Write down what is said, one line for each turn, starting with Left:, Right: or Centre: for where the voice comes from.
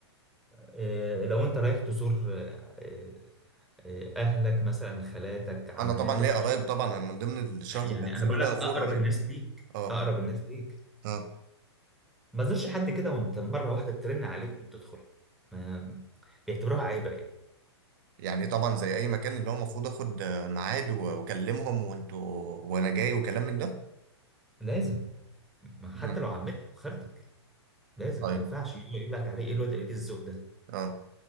Centre: آه، لو انت رايح تزور آه، اهلك مثلا خالاتك عماتك
Right: انا طبعا ليا
Centre: أنا
Right: قرايب
Centre: شفت-
Right: طبعا انا من ضمن الشهر
Centre: يعني
Right: اللي هنزله
Centre: انا بقول
Right: ده
Centre: لك
Right: ازور
Centre: اقرب
Right: قرايبي
Centre: الناس ليك
Right: اه
Centre: اقرب الناس ليك
Right: اه
Centre: ما تزورش حد كده وانت مره واحده ترن عليهم وتدخل ما- بيعتبروها عيبه يعني
Right: يعني طبعا زي اي مكان اللي هو المفروض اخد آه، ميعاد و- واكلمهم وانتوا وانا جاي وكلام من ده
Centre: لازم ما
Right: امم
Centre: حتى لو عمتك وخالتك لازم
Right: طيب
Centre: ما ينفعش يجي يقول لك عليه ايه الواد قليل الذوق ده
Right: اه